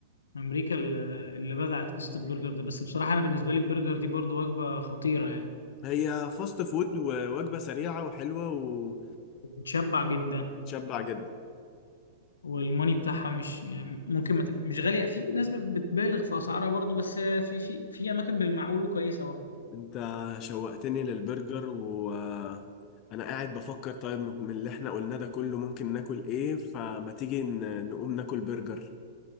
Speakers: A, on the left (about 80°); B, on the left (about 40°).
A: امريكا ال- اللي بدعت قصه البرجر ده بس بصراحه انا بالنسبه لي البرجر دي برضو وجبه خطيره يعني
B: هي فاست فود ووجبة سريعة وحلوة و...
A: بتشبع جدا
B: وتشبع جدا
A: والموني بتاعها مش يعني ممكن ما تب- مش غاليه في ناس بتبالغ في اسعارها برضو بس في في في اماكن بالمعقول وكويسه برضو
B: أنت شوقتني للبرجر و أنا قاعد بفكر طيب من اللي احنا قلناه ده كله ممكن ناكل ايه فما تيجي ن- نقوم ناكل برجر